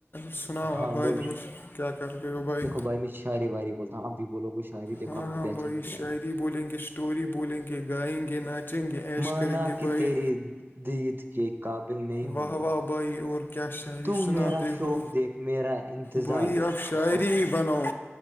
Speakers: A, on the left; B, on the right.
A: سناؤ
B: ہاں
A: آپ بھائی
B: بولو
A: اور کیا کر رہے ہو بھائی
B: بائی میں سارے باریی بولتاوں اب بھی بولو کوئی شاعری دیکھو
A: ہاں
B: آپ کو بھی اچھا
A: بھائی
B: لگے
A: شاعری
B: گا
A: بولیں گے اسٹوری بولیں گے گائیں گے ناچیں گے ایش
B: معانا
A: کریں گے
B: کہ
A: بھائی
B: تیری دید کے قابل نہیں ہوں
A: واہ
B: میں
A: واہ بٮ اورور کیا شاعری
B: تو
A: سناتے
B: میرا شوق
A: ہو
B: دیکھ میرا انتظار
A: بئی
B: دیکھ
A: اب شاعری
B: اوہو
A: ہی بناؤ